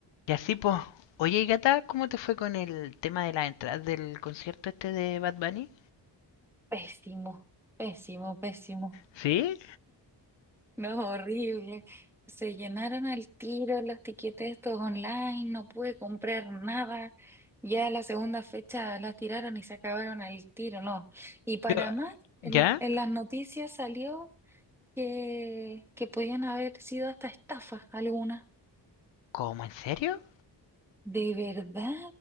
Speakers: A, on the left (about 80°); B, in the centre.
A: Y así, pues. Oye, y Gata, ¿cómo te fue con el tema de las entradas del concierto este de Bad Bunny?
B: Pésimo, pésimo, pésimo.
A: ¿Sí?
B: No, horrible. Se llenaron al tiro los tiquetes estos online, no pude comprar nada. Ya la segunda fecha las tiraron y se acabaron al tiro, no. Y para
A: Yo-
B: más, el-
A: ¿Ya?
B: en las noticias salió que, que podían haber sido hasta estafas algunas.
A: ¿Cómo? ¿En serio?
B: ¿De verdad?